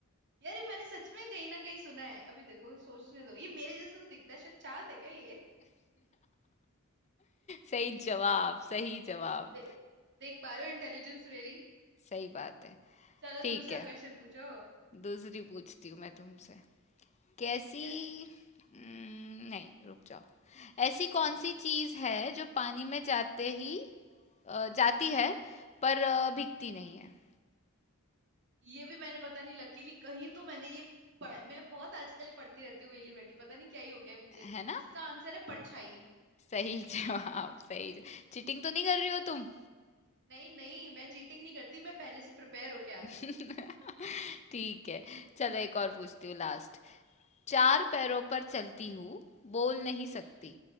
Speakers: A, on the right; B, on the left.
A: यार ये मैंने सच में कहीं ना कहीं सुना है अभी देखो सोचने दो ये मेरे जैसा तो दिखता है शायद चांद है क्या ये
B: सही जवाब सही जवाब
A: दे, देख पा रहे हो इंटेलिजेंस मेरी
B: सही बात है
A: चलो
B: ठीक
A: दूसरा
B: है
A: क्वेश्चन पूछो
B: दूसरी पूछती हूँ मैं तुमसे कैसी
A: ठीक है
B: हम्म, नहीं रुक जाओ ऐसी कौन सी चीज है जो पानी में जाते ही अ, जाती
A: हम्म
B: है पर अ, भीगती नहीं है
A: ये भी मैंने पता नहीं लकीली कहीं तो मैंने ये पढ़ा मैं बहुत आजकल ही पढ़ती रहती हूँ वेली बैठी पता नहीं क्या ही हो गया है मुझे
B: है ना
A: इसका आंसर है परछाई
B: सही <laughs> जवाब सही जवाब। चीटिंग तो नहीं कर रही हो तुम
A: नहीं नहीं मैं चीटिंग नहीं करती मैं पहले से प्रिपेयर होके आती
B: <laughs>
A: हूँ
B: ठीक है चलो एक और पूछती हूँ लास्ट चार पैरों पर चलती हूँ बोल नहीं सकती
A: हम्म